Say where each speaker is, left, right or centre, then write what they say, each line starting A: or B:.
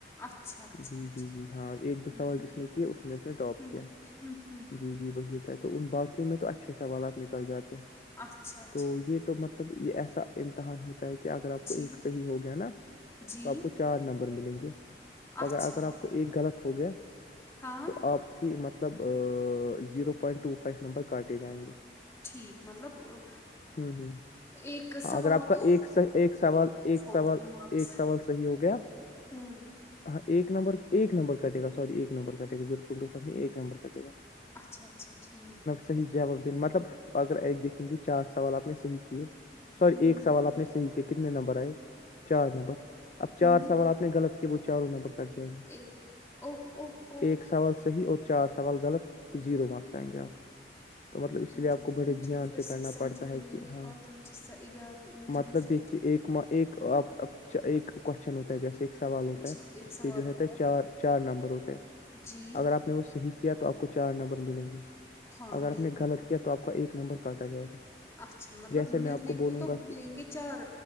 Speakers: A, on the left (about 15°); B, on the left (about 40°).
A: اچھا، اچھا،
B: جی
A: اچھا،
B: جی جی ہاں ایک دو
A: ہوں،
B: سوال
A: ہوں،
B: جس نے کیا اس میں اس نے ٹاپ
A: ہوں،
B: کیا
A: ہوں، ہوں،
B: جی جی وہی تو ان باقیوں میں تو اچھے سوالات نکل جاتے
A: اچھا، اچھا،
B: تو یہ تو مطلب یہ ایسا امتحان ہوتا ہے کہ اگر آپ
A: جی
B: کو ایک صحیح ہو گیا نا
A: جی
B: تو آپ کو چار نمبر ملیں گے
A: اچھا
B: اگر اگر آپ کو ایک غلط ہو گیا
A: ہاں
B: تو آپ کہ مطلب zero point two five number کاٹے جائیں گے
A: ٹھیک مطلب اہ،
B: ہوں ہوں
A: ایک سوال
B: ہاں اگر آپ کا
A: کے
B: ایک ایک سوال ایک
A: ہوتے
B: سوال
A: ہیں مارکس
B: ایک سوال صحیح ہو گیا
A: ہوں
B: ہاں ایک نمبر ایک نمبر کٹے گا سوری ایک نمبر کٹے گا ایک نمبر کٹے گا
A: اچھا اچھا ٹھیک
B: صحی جواب دیں مطلب اگر ایک دیکھیں گے چار سوال آپ نے صحیح کیے سوری
A: ہوں
B: ایک سوال آنے حی کیا کتنے نمبر آئے چار نمبر اب چار
A: ہوں
B: سوال آپ نے غلط کیا وہ چاروں نمبر جائ گے
A: ایک اوہ اوہ اوہ
B: ایک سوال صحی ہوتا چار سوال غلط زیرو مارکس آئیں گے آپ کو تو مطلب اس
A: مجھے
B: لیے آپ کو بڑے
A: مجھے
B: دھیان
A: پھر
B: سے نا
A: سمجھائیے
B: پڑتا ہے کہ
A: یہ
B: ہاں
A: بات مجھے س یاد مجھے
B: مطلب
A: نہیں سمجھ
B: دیکھیے ایک ایک ایک کون ہوتا ہے جیسے ایک سوال
A: آئی
B: ہوتا
A: جی
B: ہے
A: ایک
B: اس
A: سوال
B: کے جو ہےتے
A: ہوتا
B: چار چار نمبر ہوتے ہیں
A: ہے جی
B: اگر آپ نے وہ صحیح کیا تو آپ کو چار نمبر ملیں گے
A: ہاں
B: اگر
A: مل
B: آپ نے غلط کیا تو آپ کا ایک نمبر کاٹا جائے گا
A: اچھا مطلب
B: جیسے میں
A: ملنے
B: آپ بولوں
A: کو تو
B: گا
A: ملیں
B: کہ
A: گے چار